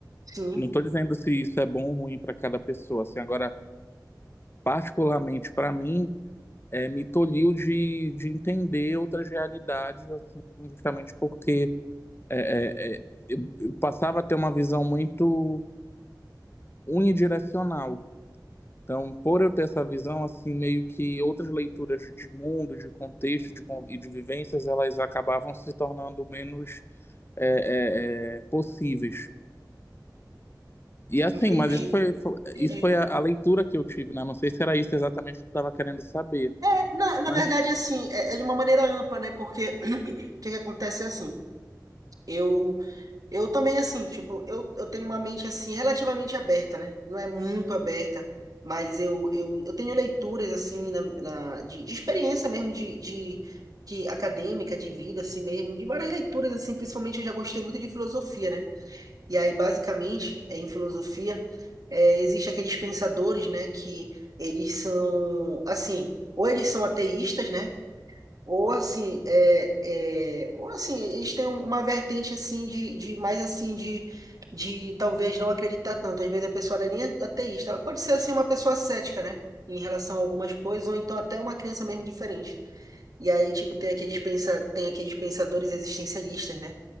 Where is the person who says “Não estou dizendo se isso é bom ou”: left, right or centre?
Left